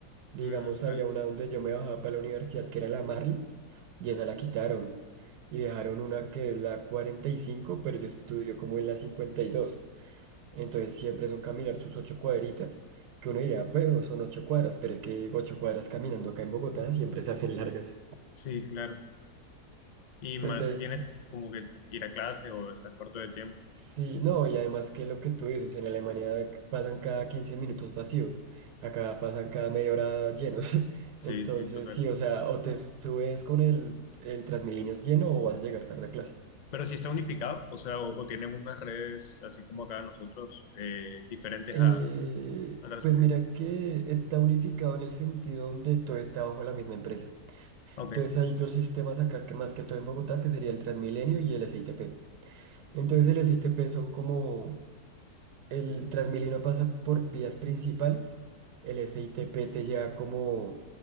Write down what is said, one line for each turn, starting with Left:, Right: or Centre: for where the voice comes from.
Right: Digamos,
Left: Mm, vale.
Right: había una donde yo me bajaba para la universidad, que era la Marley, y esa la quitaron. Y dejaron una que es la 45, pero yo estudio como en la 52. Entonces siempre son caminar sus ocho cuadritas, que uno diría, bueno, son ocho cuadras, pero es que ocho cuadras caminando acá en Bogotá siempre se hacen largas.
Left: Sí, claro. Y más
Right: Entonces
Left: si tienes como que ir a clase o estás corto de tiempo.
Right: Sí, no, y además que lo que tú dices, en Alemania c- pasan cada 15 minutos vacíos, acá pasan cada media hora llenos. <laughs>
Left: Sí,
Right: Entonces,
Left: sí, total.
Right: sí, o sea, o te subes con el, el Transmilenio lleno o vas a llegar tarde a clase.
Left: Pero si está unificado, o sea, o, o tienen unas redes así como acá nosotros, eh, diferentes
Right: Eh,
Left: a, a Transmilenio.
Right: pues mira que está unificado en el sentido donde todo está bajo la misma empresa.
Left: Ok.
Right: Entonces hay dos sistemas acá que más que todo en Bogotá, que sería el Transmilenio y el SITP. Entonces el SITP son como El Transmilenio pasa por vías principales. El SITP te lleva como